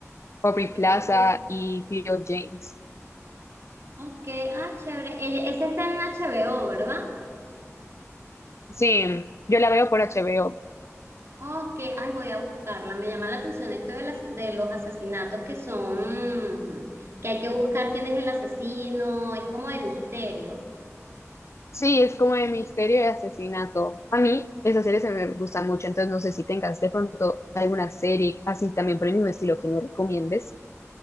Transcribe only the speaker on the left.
Aubrey
Plaza
y Theo James.
Sí, yo la veo por HBO.
Sí, es como de misterio y asesinato. A mí esas series se me gustan mucho, entonces no sé si tengas de pronto alguna serie así también por el mismo estilo que me recomiendes.